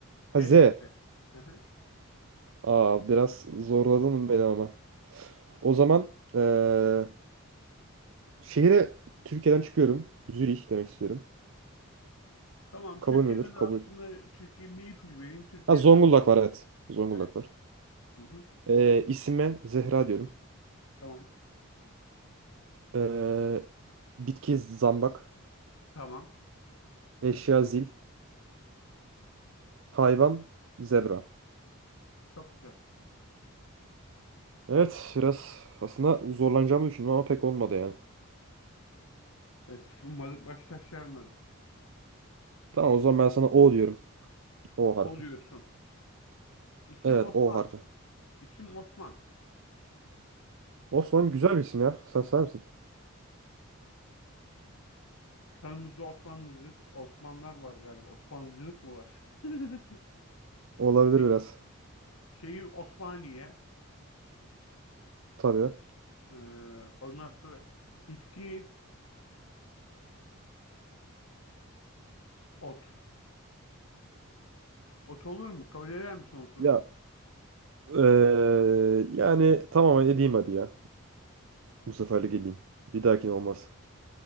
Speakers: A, on the right; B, on the left.
A: Ha
B: Z
A: Z.
B: ile Z. Hı hı.
A: Aa, biraz zorladın beni ama. O zaman ee, şehre Türkiye'den çıkıyorum. Zürih demek istiyorum.
B: Tamam,
A: Kabul
B: Türkiye'de
A: müdür?
B: de
A: Kabul.
B: aslında Türkiye bir ipucu vereyim. Türkiye'de
A: Ha Zonguldak
B: de
A: var evet. Zonguldak
B: evet.
A: var.
B: Hı hı.
A: Ee, isime Zehra diyorum.
B: Tamam,
A: Ee, bitki zambak.
B: tamam.
A: Eşya zil. Hayvan zebra.
B: Çok güzel.
A: Evet biraz aslında zorlanacağımı düşündüm ama pek olmadı yani.
B: Evet, umarım baş taşlarmadı.
A: Tamam o zaman ben sana O diyorum. O
B: Oluyorsun.
A: harfi.
B: İsim
A: Evet
B: Osman.
A: O harfi.
B: İsim Osman.
A: Osman güzel bir isim ya. Sen sever misin?
B: Kanımızda Osmanlıcılık, Osmanlar var galiba. Osmanlıcılık mı var? <laughs>
A: Olabilir
B: Şey-
A: biraz.
B: şehir Osmaniye.
A: Tabii.
B: Ee, ondan sonra bitki ot. Ot olur mu? Kabul eder misin otu?
A: Ya eee, yani tamam edeyim hadi ya. Bu seferlik edeyim. Bir dahakine olmaz.